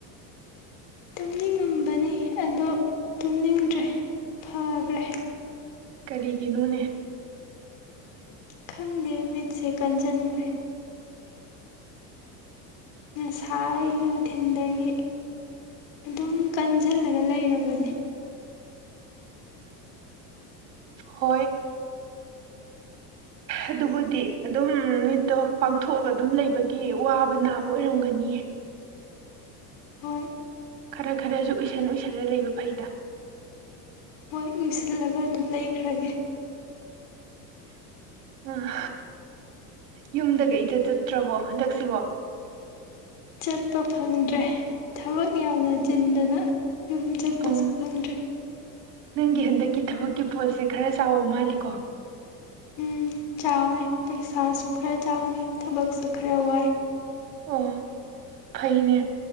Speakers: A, on the left; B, on the right.
A: ꯇꯨꯝꯅꯤꯡꯉꯝꯕꯅꯤ ꯑꯗꯣ ꯇꯨꯝꯅꯤꯡꯗ꯭ꯔꯦ ꯐꯈ꯭ꯔꯦ
B: ꯀꯔꯤꯒꯤꯅꯣꯅꯦ
A: ꯈꯪꯗꯦ ꯃꯤꯠꯁꯦ ꯀꯟꯁꯤꯟꯈ꯭ꯔꯦ ꯉꯁꯥꯏ ꯅꯨꯡꯊꯤꯟꯗꯒꯤ ꯑꯗꯨꯝ ꯀꯟꯁꯤꯜꯂꯒ ꯂꯩꯔꯕꯅꯦ
B: ꯍꯣꯏ ꯑꯗꯨꯕꯨꯗꯤ ꯑꯗꯨꯝ ꯃꯤꯠꯇꯣ ꯄꯥꯡꯊꯣꯛꯑꯒ ꯑꯗꯨꯝ ꯂꯩꯕꯒꯤ ꯋꯥꯕ ꯅꯥꯕ ꯑꯣꯏꯔꯝꯒꯅꯤꯌꯦ
A: ꯍꯣꯏ
B: ꯈꯔ ꯈꯔꯁꯨ ꯎꯏꯁꯟ ꯎꯏꯁꯜꯂ ꯂꯩꯕ ꯐꯩꯗ
A: ꯍꯣꯏ ꯏꯁꯤꯜꯂꯒ ꯑꯗꯨꯝ ꯂꯩꯈ꯭ꯔꯒꯦ
B: ꯎꯝ ꯌꯨꯝꯗꯒ ꯏꯗ ꯆꯠꯇ꯭ꯔꯕꯣ ꯍꯟꯗꯛꯁꯤꯕꯣ
A: ꯆꯠꯄ ꯐꯪꯗ꯭ꯔꯦ ꯊꯕꯛ ꯌꯥꯝꯅ ꯆꯤꯟꯗꯅ ꯌꯨꯝ ꯆꯠꯄꯁꯨ
B: ꯑꯣ
A: ꯐꯪꯗ꯭ꯔꯦ
B: ꯅꯪꯒꯤ ꯍꯟꯗꯛꯀꯤ ꯊꯕꯛꯀꯤ ꯄꯣꯠꯁꯦ ꯈꯔ ꯆꯥꯎꯕ ꯃꯥꯜꯂꯤꯀꯣ
A: ꯎꯝ ꯆꯥꯦ ꯄꯩꯁꯥ ꯁꯈꯔ ꯆꯥꯎꯅꯤ ꯊꯕꯛ ꯁꯨꯈꯔ ꯍꯍ
B: ꯑꯣ ꯐꯩꯅꯦ